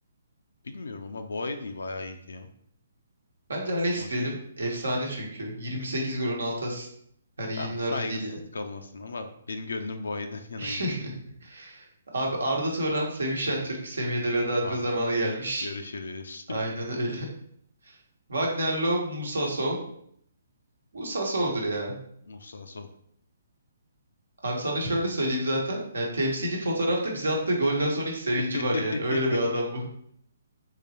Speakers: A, on the left; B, on the right.
A: bilmiyorum ama Boye değil bayağı iyiydi ya.
B: Bence Alex
A: Sonuç
B: diyelim. Efsane çünkü. 28 gol 16 asist. Her yiğidin
A: Tamam saygısızlık
B: harcı değil yani.
A: olmasın ama benim gönlüm Boya'dan <laughs> yanaydı.
B: <laughs>
A: Çok
B: Abi Arda Turan, Semih Şentürk, Semih'e de veda etme
A: ağırdı.
B: zamanı gelmiş.
A: Görüşürüz.
B: <laughs> Aynen öyle. Wagner Love, Musa Sow. Musa Sow'dur ya.
A: <laughs> Musa Son.
B: Abi sana şöyle söyleyeyim zaten. Yani temsili fotoğrafta bize attığı golden sonraki sevinci
A: <laughs>
B: var yani. Öyle bir adam bu. <laughs>